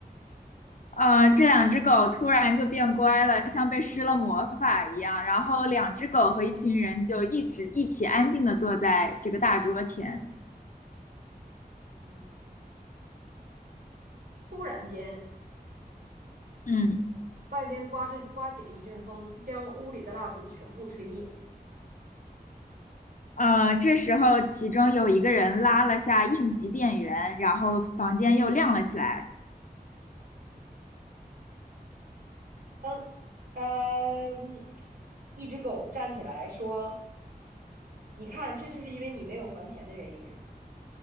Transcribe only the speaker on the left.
呃，这两只狗突然就变乖了，像被施了魔法一样。然后两只狗和一群人就一直一起安静地坐在这个大桌前。
嗯，
呃，这时候其中有一个人拉了下应急电源，然后房间又亮了起来。